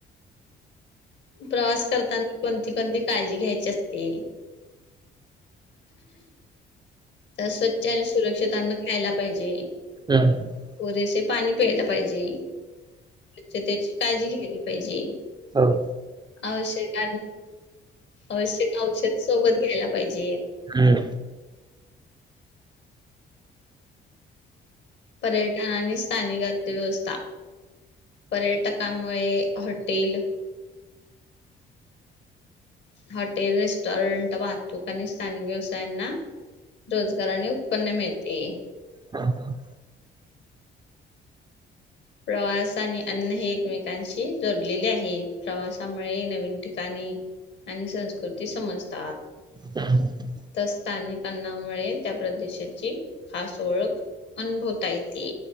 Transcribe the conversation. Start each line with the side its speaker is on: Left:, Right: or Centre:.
Left: प्रवास करताना कोणती -कोणती काळजी घ्यायची असते. तर स्वच्छ आणि सुरक्षित अन्न खायला पाहिजे.
Right: <unintelligible>
Left: पुरेसे पाणी प्यायला पाहिजे, स्वच्छतेची काळजी घ्यायला पाहिजे‌.
Right: आव,
Left: आवश्यक, आवश्यक औषध सोबत घ्यायला पाहिजेत.
Right: हम.
Left: पर्यटन आणि स्थानिक अक्षर अर्थव्यवस्था. पर्यटकांमुळे... हॉटेल? हॉटेल रेस्ट रेस्टॉरंट वाहतूक आणि स्थानिक व्यवसायांना... रोजगार आणि उत्पन्न मिळते.
Right: हा हा.
Left: प्रवास आणि अन्न हे एकमेकांशी जोडलेले आहे, प्रवासामुळे नवीन ठिकाणी आणि संस्कृती समजतात.
Right: <unintelligible>
Left: तर स्थानिक अन्नामुळे त्या प्रदेशात -ची खास ओळख अनभवता येते.